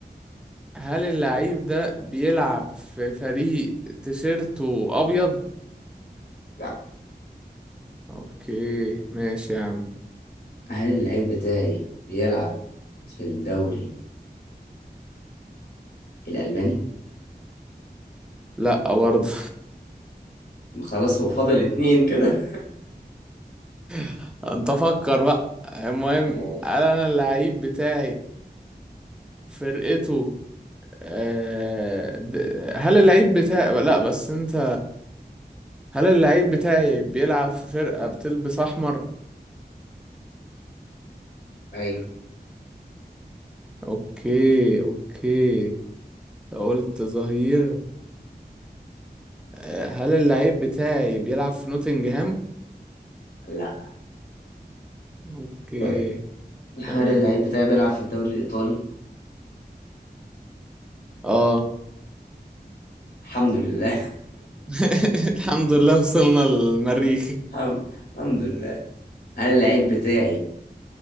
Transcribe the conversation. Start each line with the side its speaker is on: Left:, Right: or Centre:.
Centre: هل اللعيب ده بيلعب في فريق تيشيرته ابيض
Left: لا
Centre: اوكي ماشي يا عم
Left: هل اللعيب بتاعي بيلعب في الدوري الالماني؟
Centre: لا برضه
Left: خلاص هو فاضل اتنين كده
Centre: <laughs> انت فكر بقى المهم
Left: ماشي
Centre: هل انا اللعيب بتاعي فرقته آه، د- هل اللعيب بتاعي لا بس انت هل اللعيب بتاعي بيلعب في فرقة بتلبس احمر
Left: ايوه
Centre: اوكي اوكي قلت ظهير آه، هل اللعيب بتاعي بيلعب في نوتنجهام
Left: لا
Centre: اوكي
Left: طيب هل
Centre: تمام
Left: اللعيب بتاعي بيلعب في الدوري الايطالي؟
Centre: اه
Left: الحمد لله
Centre: <laughs>
Left: <laughs>
Centre: الحمد لله وصلنا للمريخ
Left: الحم- الحمد لله هل اللعيب بتاعي